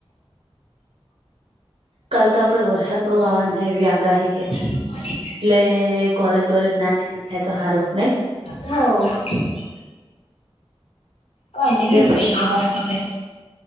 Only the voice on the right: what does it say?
કાલ તો આપડે વરસાદ બહું આવવાની છે એવી આગાહી હે.
એટલે કોલેજ બોલેજ ના જાય <unintelligible> તો સારું નઈ.
બે